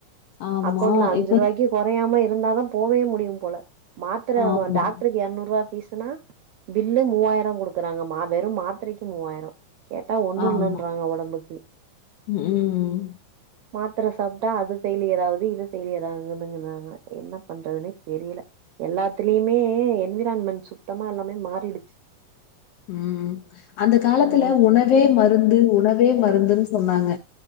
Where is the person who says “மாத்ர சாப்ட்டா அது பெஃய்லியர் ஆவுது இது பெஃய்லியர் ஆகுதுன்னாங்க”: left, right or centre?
Right